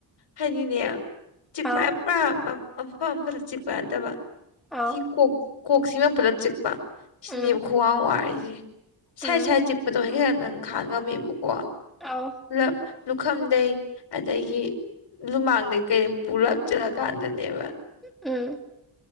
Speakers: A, on the left; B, in the centre.
A: ꯍꯥꯏꯅꯤꯅꯦ ꯆꯤꯛꯄ
B: ꯑꯥꯎ
A: ꯄꯨꯥ ꯃꯐꯝ ꯑꯃꯈꯛꯇ ꯆꯤꯛꯄ ꯌꯥꯠꯇꯕ
B: ꯑꯥꯎ
A: ꯁꯤ ꯀꯣꯛ ꯀꯣꯛꯁꯤꯅ ꯄꯨꯂꯤ ꯁꯤꯅꯦꯕ
B: ꯎꯝ
A: ꯈ꯭ꯋꯥꯡ ꯋꯥꯔꯤꯁꯦ ꯁꯥꯏꯠ
B: ꯎꯝ
A: ꯁꯥꯏꯠ ꯆꯤꯛꯄꯗꯣ ꯑꯩ ꯈ ꯅꯪ ꯈꯥꯡꯉꯝꯃꯦꯕ ꯀ
B: ꯑꯥꯎ
A: ꯄꯨ ꯂꯨꯈꯝꯗꯩ ꯑꯗꯒꯤ ꯂꯨꯃꯥꯡꯗꯒꯤꯩ ꯀꯩ ꯄꯨꯔꯞ ꯆꯠꯂꯀꯥꯟꯗꯅꯦꯕ
B: ꯎꯝ